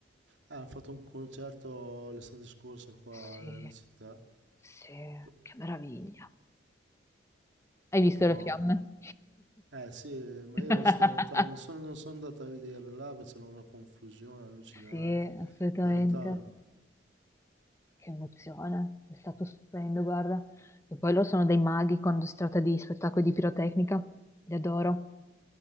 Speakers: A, on the right; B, on the left.
A: ah, hanno fatto un concerto l'estate scorsa qua
B: Sì,
A: nella mia città,
B: sì,
A: p-
B: che meraviglia. Hai visto
A: però...
B: le fiamme?
A: Eh sì, ma
B: <laughs>
A: io l'ho vista da lontano, non sono, non sono andato a vederla là, perché c'era una confusione allucinante,
B: Sì, assolutamente.
A: da lontano.
B: Che emozione, è stato stupendo, guarda. E poi loro sono dei maghi quando si tratta di spettacoli di pirotecnica, li adoro.